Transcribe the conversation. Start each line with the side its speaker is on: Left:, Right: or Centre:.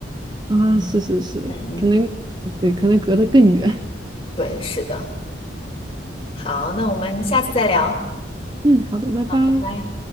Right: 啊，是是是，
Left: <laughs> 嗯嗯，
Right: 可能对，可能隔得更远。
Left: 对，是的。好，那我们下次再聊，
Right: 嗯，好的，拜拜。
Left: 拜拜。